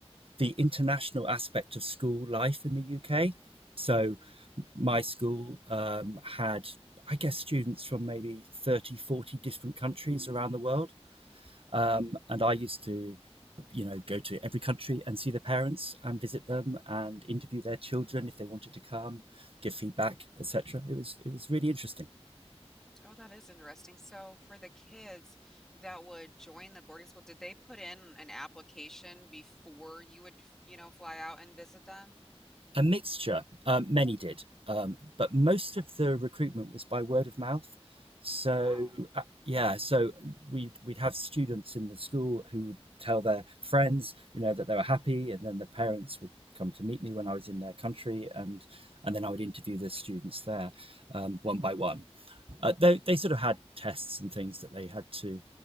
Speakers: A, on the right; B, in the centre.
A: the international aspect of school life in the UK. So
B: Mhm.
A: my school um, had, I guess, students from maybe 30, 40 different countries around the world. Um, and I used to you know, go to every country and see the parents and visit them and interview their children if they wanted to come, give feedback, etc. It was it was really interesting.
B: Oh, that is interesting. So for the kids that would join the boarding school, did they put in an application before you would, you know, fly out and visit them?
A: A mixture. Um, many did, um, but most of the recruitment was by word of mouth. So
B: Wow.
A: uh, yeah, so we'd we'd have students in the school who would tell their friends, you know, that they were happy, and then the parents would come to meet me when I was in their country, and and then I would interview the students there um, one by one. Uh, they they sort of had tests and things that they had to